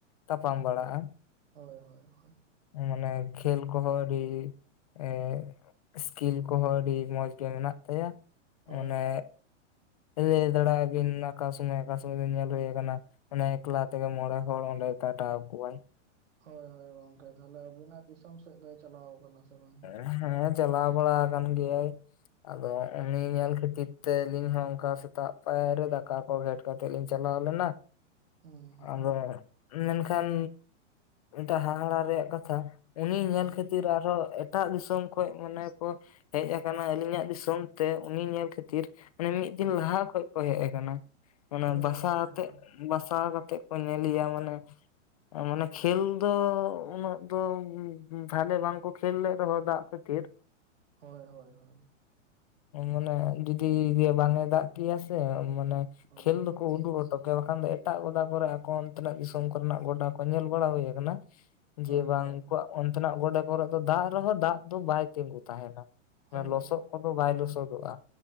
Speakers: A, on the left (about 30°); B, on the right (about 80°).
A: ᱛᱟᱯᱟᱢ ᱵᱟᱲᱟᱜᱼᱟ
B: ᱦᱳᱭ ᱦᱳᱭ ᱦᱳᱭ
A: ᱢᱟᱱᱮ ᱠᱷᱮᱞ ᱠᱚ ᱦᱚᱸ ᱟᱹᱰᱤ ᱮ ᱠᱷᱮᱞ ᱠᱚᱦᱚᱸ ᱟᱹᱰᱤ ᱢᱚᱸᱡᱽ ᱜᱮ ᱢᱮᱱᱟᱜ ᱛᱟᱭᱟ
B: ᱦᱳᱭ
A: ᱢᱟᱱᱮ
B: ᱦᱳᱭ
A: ᱞᱟᱹᱭ ᱫᱟᱲᱮ ᱟᱹᱵᱤᱱ ᱚᱠᱟ ᱥᱚᱢᱚᱭ ᱚᱠᱟ ᱥᱚᱢᱚᱭ ᱵᱤᱱ ᱧᱮᱞ ᱦᱩᱭ ᱟᱠᱟᱱᱟ ᱚᱱᱮ ᱮᱠᱞᱟ ᱛᱮᱜᱮ ᱢᱚᱬᱮ ᱦᱚᱲ ᱚᱸᱰᱮ ᱠᱟᱴᱟᱣ ᱠᱚᱣᱟᱭ
B: ᱦᱳᱭ ᱦᱳᱭ ᱜᱚᱝᱠᱮ ᱛᱟᱦᱞᱮ ᱟᱹᱵᱤᱱᱟᱜ ᱫᱤᱥᱚᱢ ᱥᱮᱫ ᱫᱚᱭ ᱪᱟᱞᱟᱣ ᱟᱠᱟᱱᱟ ᱥᱮ ᱵᱟᱝ
A: ᱦᱮᱸ ᱪᱟᱞᱟᱣ ᱵᱟᱲᱟ ᱟᱠᱟᱱ ᱜᱮᱭᱟᱭ ᱟᱫᱚ ᱩᱱᱤ ᱧᱮᱞ ᱠᱷᱟᱹᱛᱤᱨ ᱛᱮ ᱟᱹᱞᱤᱧ ᱦᱚᱸ ᱚᱱᱠᱟ ᱥᱮᱛᱟᱜ ᱯᱟᱭᱟᱨ ᱨᱮ ᱫᱟᱠᱟ ᱠᱚ ᱜᱷᱮᱴ ᱠᱟᱛᱮ ᱞᱤᱧ ᱪᱟᱞᱟᱣ ᱞᱮᱱᱟ
B: ᱦᱩᱸ ᱦᱩᱸ
A: ᱟᱫᱚ ᱢᱮᱱᱠᱷᱟᱱ ᱢᱤᱫᱴᱟᱹᱝ ᱦᱟᱦᱟᱲᱟ ᱨᱮᱭᱟᱜ ᱠᱟᱛᱷᱟ ᱩᱱᱤ ᱧᱮᱞ
B: ᱦᱳᱭ
A: ᱠᱷᱟᱹᱛᱤᱨ ᱟᱨᱦᱚᱸ ᱮᱴᱟᱜ ᱫᱤᱥᱚᱢ ᱠᱷᱚᱡ ᱢᱟᱱᱮ ᱠᱚ ᱦᱮᱡ ᱟᱠᱟᱱᱟ ᱟᱹᱞᱤᱧᱟᱜ ᱫᱤᱥᱚᱢ ᱛᱮ ᱩᱱᱤ ᱧᱮᱞ ᱠᱷᱟᱹᱛᱤᱨ ᱢᱟᱱᱮ ᱢᱤᱫ
B: ᱦᱳᱭ
A: ᱫᱤᱱ ᱞᱟᱦᱟ ᱠᱷᱚᱡ ᱠᱚ ᱦᱮᱡ ᱟᱠᱟᱱᱟ ᱚᱱᱟ
B: ᱦᱳᱭ
A: ᱵᱟᱥᱟ
B: ᱜᱚᱝᱠᱮ
A: ᱟᱛᱮ
B: ᱦᱳᱭ
A: ᱵᱟᱥᱼᱼ ᱵᱟᱥᱟ ᱠᱟᱛᱮ ᱠᱚ ᱧᱮᱞᱮᱭᱟ ᱢᱟᱱᱮ ᱢᱟᱱᱮ ᱠᱷᱮᱞ ᱫᱚ ᱩᱱᱟᱹᱜ ᱫᱚ ᱵᱷᱟᱞᱮ ᱵᱟᱝ ᱠᱚ ᱠᱷᱮᱞ ᱞᱮᱜ ᱨᱮᱦᱚᱸ ᱫᱟᱜ ᱠᱷᱟᱹᱛᱤᱨ
B: ᱦᱳᱭ ᱦᱳᱭ ᱦᱳ ᱦᱳᱭ
A: ᱢᱟᱱᱮ ᱡᱩᱫᱤ <unintelligible> ᱵᱟᱝ ᱮ ᱫᱟᱜ ᱠᱤᱭᱟ ᱥᱮ ᱢᱟᱱᱮ
B: ᱦᱳᱭ
A: ᱠᱷᱮᱞ
B: ᱦᱳᱭ
A: ᱫᱚ ᱠᱚ ᱩᱰᱩᱜ ᱦᱚᱴᱚ ᱠᱮᱭᱟ ᱵᱟᱠᱷᱟᱱ ᱫᱚ ᱮᱴᱟᱜ ᱜᱚᱰᱟ ᱠᱚᱨᱮ ᱮᱠᱷᱚᱱ ᱛᱤᱱᱟᱹᱜ ᱫᱤᱥᱚᱢ ᱠᱚᱨᱮᱱᱟᱜ ᱜᱚᱰᱟ ᱠᱚ ᱧᱮᱞ ᱵᱟᱲᱟ ᱦᱩᱭ ᱟᱠᱟᱱᱟ
B: ᱦᱳᱭ
A: ᱡᱮ ᱵᱟᱝ
B: ᱦᱳᱭ
A: ᱩᱱᱠᱩᱣᱟᱜ ᱚᱱᱛᱮᱱᱟᱜ ᱜᱚᱰᱟ ᱠᱚᱨᱮ ᱫᱚ ᱫᱟᱜ ᱨᱮᱦᱚᱸ ᱫᱟᱜ ᱫᱚ ᱵᱟᱭ ᱛᱤᱸᱜᱩ ᱛᱟᱦᱮᱱᱟ
B: ᱦᱳᱭ
A: ᱞᱚᱥᱚᱫ
B: ᱜᱚᱝᱠᱮ
A: ᱠᱚᱫᱚ
B: ᱦᱳᱭ
A: ᱵᱟᱭ ᱞᱚᱥᱚᱫᱚᱜᱼᱟ